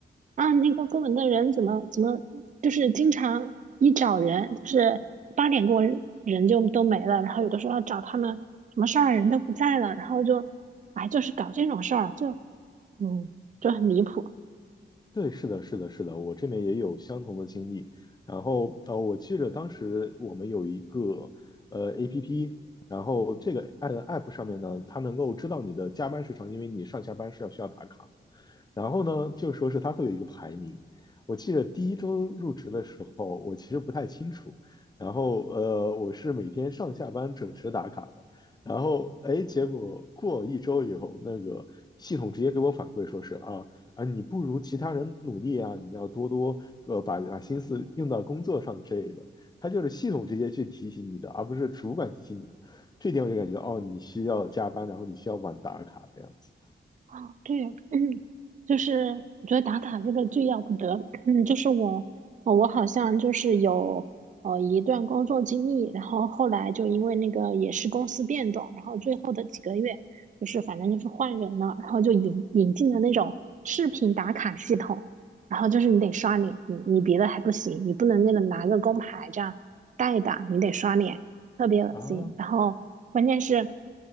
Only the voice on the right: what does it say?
啊那个部门的人怎么怎么就是经常一找人就是八点过人就都没了，然后有的时候要找他们什么事儿人都不在了，然后就。哎，就是搞这种事儿，就嗯，就很离谱。
哦，对，嗯，就是我觉得打卡这个最要不得，嗯，就是我，呃我好像就是有呃一段工作经历，然后后来就因为那个也是公司变动，然后最后的几个月就是反正就是换人了，然后就引引进了那种视频打卡系统，然后就是你得刷脸，你你别的还不行，你不能那个拿个工牌这样带一打，你得刷脸，特别恶心，
然后关键是